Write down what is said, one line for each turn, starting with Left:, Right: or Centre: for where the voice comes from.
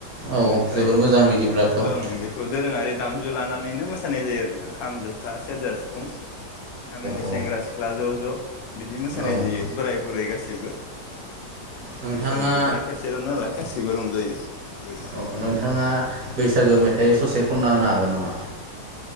Right: औ
Left: बेनिफ्राय
Right: जोबोर मोजां बिदिब्लाथ' औ
Left: ओं बेखौ दोरोङारि दामजु लानानैनो मोसानाय जायो आरो नोंथां खाम ज था सेरजा सिफुं गामिनि
Right: औ
Left: सेंग्रा सिख्ला ज' ज' बिदि मोसानाय
Right: औ
Left: जायो बोराय बुरै गासै सैबो
Right: नोंथाङा
Left: बैसागु बोथोरा खेबसेल' नालाय गासैबो रंजायो बेबायदि।
Right: औ नोंथाङा बैसागो मेथाइ ससे खनना होनो हागोन नामा?